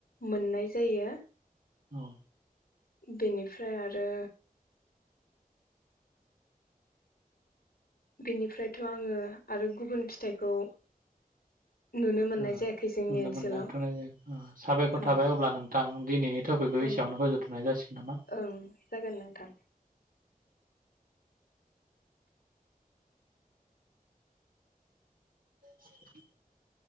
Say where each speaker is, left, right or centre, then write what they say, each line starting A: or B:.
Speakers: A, on the left; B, on the right.
A: मोननाय जायो।
B: औ।
A: बेनिफ्राय आरो बिनिफ्रायथ' आङो आरो गुबुन फिथाइखौ नुनो मोननाय
B: ओ
A: जायाखै जोंनि
B: नुनो
A: ओनसोलाव
B: मोनना थनाय' जाया ओ साबायखर
A: औ
B: थाबाय अब्ला नों थां दिनैनि थपिग बेखौ
A: औ
B: एसेयावनो फोजोबथ'नाय जासिगोन नामा?
A: ओं जागोन नोंथां
B: <inaudible>